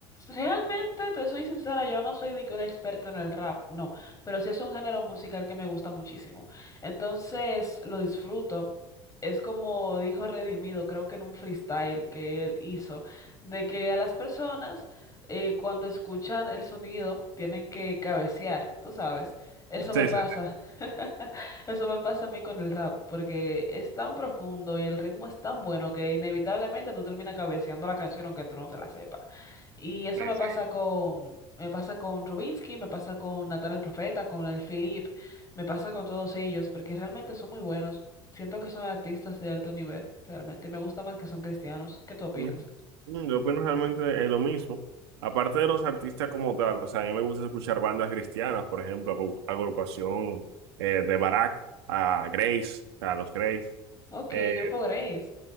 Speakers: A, on the left; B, on the right.
A: realmente te soy sincera, yo no soy de que una experta en el rap, no, pero sí es un género musical que me gusta muchísimo. Entonces lo disfruto. Es como dijo Redimido, creo que en un freestyle que él hizo, de que a las personas eh, cuando escuchan el sonido tienen que cabecear, tú sabes, eso
B: Sí,
A: me pasa.
B: sí,
A: <laughs> Eso me pasa a mí con el rap, porque es tan profundo y el ritmo es tan bueno que inevitablemente tú terminas cabeceando la canción aunque tú no te la sepas. Y eso
B: sí.
A: me
B: sí.
A: pasa con, me pasa con Rubinsky, me pasa con Natán el Profeta, con el Philip, me pasa con todos ellos, porque realmente son muy buenos. Siento que son artistas de alto nivel, realmente. Y me gusta más que son cristianos. ¿Qué tú opinas?
B: Mm, mm, Yo opino realmente es lo mismo. Aparte de los artistas como tal, o sea, a mí me gusta escuchar bandas cristianas, por ejemplo, agru- agrupación eh, de Barak a Grace, a los Grace.
A: Ok,
B: Eh,
A: Grupo Grace.